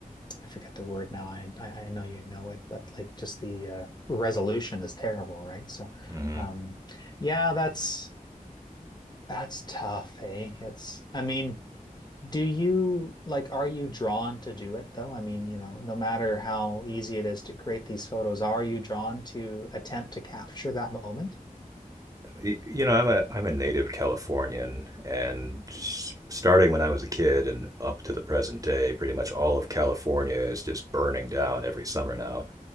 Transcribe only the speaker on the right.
Mm-hmm.
you know, I'm a I'm a native Californian, and starting when I was a kid and up to the present day, pretty much all of California is just burning down every summer now.